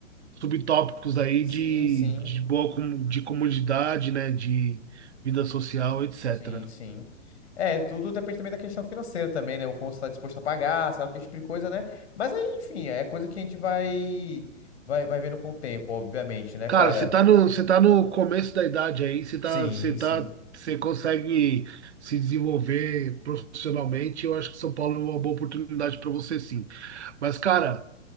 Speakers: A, on the right; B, on the left.
A: subtópicos aí
B: Sim,
A: de,
B: sim,
A: de boa com- de comodidade, né? De vida social, etc.
B: sim, sim. É, tudo depende também da questão financeira também, né? O quanto você tá disposto a pagar, sabe, que tipo de coisa, né? Mas aí, enfim, é coisa que a gente vai, vai, vai vendo com o tempo, obviamente, né,
A: Cara,
B: cara?
A: você tá no, você tá no começo da idade aí, você tá,
B: Sim,
A: você
B: sim.
A: tá, você consegue se desenvolver profissionalmente. Eu acho que São Paulo é uma boa oportunidade para você, sim. Mas, cara,